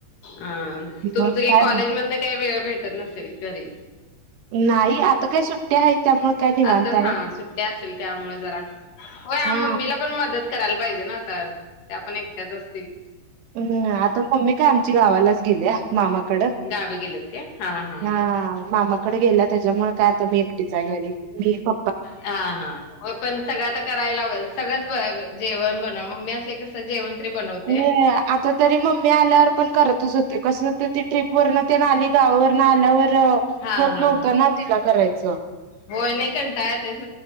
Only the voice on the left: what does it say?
अ तुमचं
काही
कॉलेज मधनं काही वेळ भेटत नसेल घरी
आता
हां सुट्ट्या असेल त्यामुळे जरा होय
अ मम्मीला पण मदत करायला पाहिजे ना? आता त्या पण एकट्याच असतील.
गावी गेलेत काय हा हा हा
हां हां होय पण सगळं आता कराय लागल सगळंच ब जेवण बनव मम्मी असली की कसं जेवण तरी बनवते.
हा
हा
हा
होय नाही कंटाळा येतोय